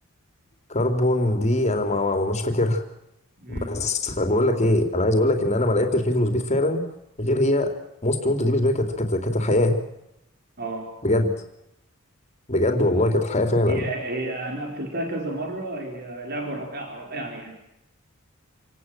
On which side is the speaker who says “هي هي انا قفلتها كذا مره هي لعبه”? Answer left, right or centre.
Right